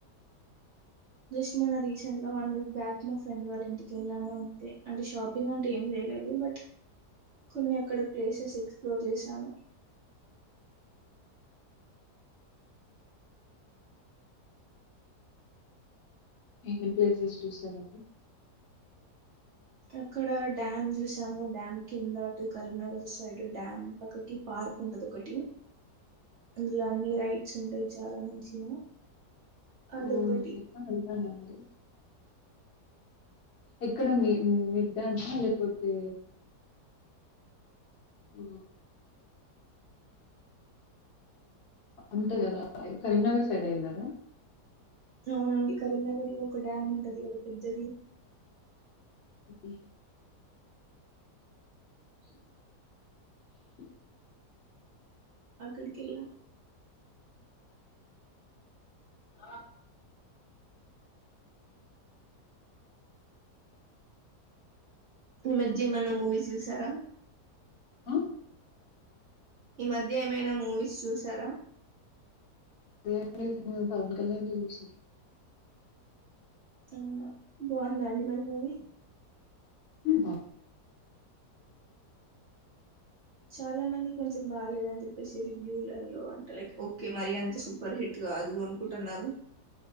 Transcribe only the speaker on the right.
జస్ట్ నిన్న రీసెంట్ గా వన్ వీక్ బ్యాక్ మా ఫ్రెండ్ వాళ్ళ ఇంటికి వెళ్ళాను అంతే అంటే షాపింగ్ అంటే ఏం చేయలేదు బట్ కొన్ని అక్కడ ప్లేసెస్ ఎక్స్ లో జేషాను.
అక్కడ డ్యామ్ చూసాము డ్యామ్ కింద అటు కరీంనగర్ సైడ్ డ్యామ్ పక్కకి పార్క్ ఉంటది. ఒకటి అందులో అన్ని రైడ్స్ ఉంటాయి. చాలా మంచిగా అదొకటి
అవునండి కరీంనగర్ లో ఒక డ్యామ్ ఉంటది కదా పెద్దది
చె
అక్కడికి వెళ్ళాం
ఈ మధ్య ఏమన్నా మూవీస్ చూసారా
ఈ మధ్య ఏమైనా మూవీస్ చూసారా
అవునా బాగుందా అండి మరి మూవీ
చాలా మంది కొంచెం బాలేదని చెప్పేసి రివ్యూలలో అంటే లైక్ ఓకే మరి అంత సూపర్ హిట్గా కాదు అనుకుంటున్నారు